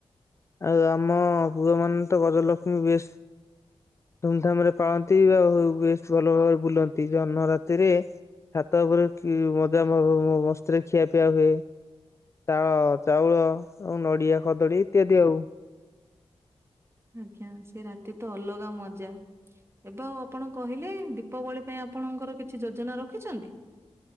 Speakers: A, on the left; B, on the right.
A: ଆଉ ଆମ ପୂୁର ମ ତ ଗଜଲକ୍ଷ୍ମୀ ବେଶ। ଧୁମଧାମ ରେ ପାଳନ୍ତି ବା ବେଶ ଭଲ ଭାବରେ ବୁଲନ୍ତି ଅନ୍ନ ରାତିରେ। ଛାତ ଉପରେ ମଜା ମସ୍ତିରେ ଖିଆ ପିଆ ହୁଏ। ଚାଳ ଚାଉଳ ଆଉ ନଡିଆ ଖଦଡିୀ ଇତ୍ୟାଦି ଆଉ।
B: ଆଜ୍ଞା ସେ ରାତି ତ ଅଲଗା ମଜା। ଏବେ ଆଉ ଆପଣ କହିଲେ ଦୀପାବଳି ପାଇଁ ଆପଣଙ୍କର କିଛି ଯୋଜନା ରଖିଛନ୍ତି।